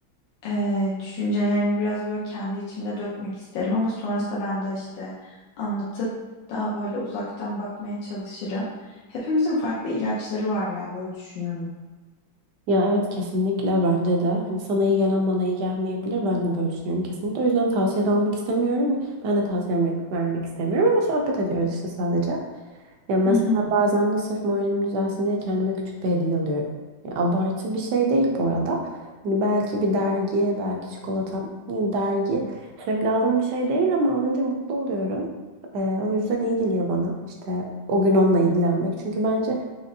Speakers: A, on the left; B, on the right.
A: Ee, düşüncelerimi biraz böyle kendi içimde dökmek isterim ama sonrasında ben de işte anlatıp daha böyle uzaktan bakmaya çalışırım. Hepimizin farklı ilaçları var ya böyle düşünüyorum.
B: Ya evet kesinlikle bence de. Hani sana iyi gelen bana iyi gelmeyebilir. Ben de böyle düşünüyorum kesinlikle. O yüzden tavsiye de almak istemiyorum. Ben de tavsiye vermek, vermek istemiyorum ama sohbet ediyoruz işte sadece. Ya mesela
A: Hı hı.
B: bazen de sırf moralim düzelsin diye kendime küçük bir hediye alıyorum. Ya abartı bir şey değil bu arada. Hani belki bir dergi, belki çikolata, yani dergi sürekli aldığım bir şey değil ama alınca mutlu oluyorum. Ee, o yüzden iyi geliyor bana işte o gün onunla ilgilenmek. Çünkü bence